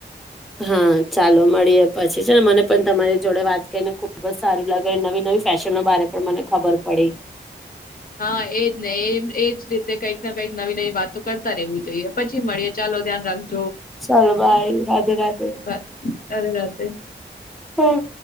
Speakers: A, in the centre; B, on the left.
A: હા ચાલો મળીએ પછી છે ને મને પણ તમારી જોડે વાત કરીને ખુબ જ સારી લાગે નવી નવી ફેશનો બારામાં મને ખબર પડી.
B: હા એજ ને એ એજ રીતે. કંઈકને કંઈક નવી નવી વાતો કરતા રહેવું. જોઈએ પછી મળીએ ચાલો ધ્યાન રાખજે.
A: ચાલો બાય રાધે રાધે
B: બ- રાધે રાધે
A: હમ.